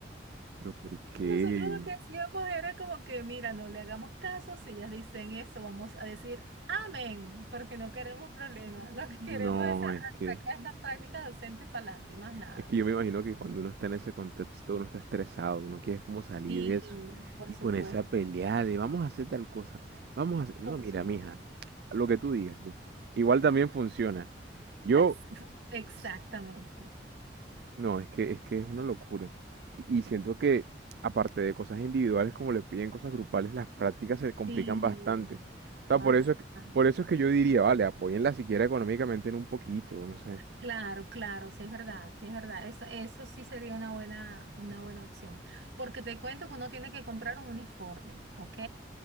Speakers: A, on the right; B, on the right.
A: Pero ¿por qué?
B: Nosotros lo que hacíamos era como que, mira, no le hagamos caso, si ellas dicen eso, vamos a decir amén, porque no queremos problemas, lo que queremos
A: No,
B: es a-
A: es que...
B: sacar estas prácticas docentes para adelante y más nada.
A: Es que yo me imagino que cuando uno está en ese contexto, uno está estresado, uno quiere como salir
B: Sí,
A: de eso
B: por
A: y
B: supuesto,
A: ponerse a pelear de vamos a hacer tal cosa, vamos a hacer...
B: por
A: No, mira,
B: supuesto.
A: mija, lo que tú digas, sí. Igual también funciona. Yo,
B: Es- exactamente.
A: es- no, es que es que es una locura. Y, y siento que aparte de cosas individuales como le piden cosas grupales, las prácticas se complican
B: Sí,
A: bastante. O sea,
B: bastante.
A: por eso es que, por eso es que yo diría, vale, apóyenla siquiera económicamente en un poquito, no sé.
B: Claro, claro, sí es verdad, sí es verdad. Eso, eso sí sería una buena, una buena opción, porque te cuento que uno tiene que comprar un uniforme, ¿ok?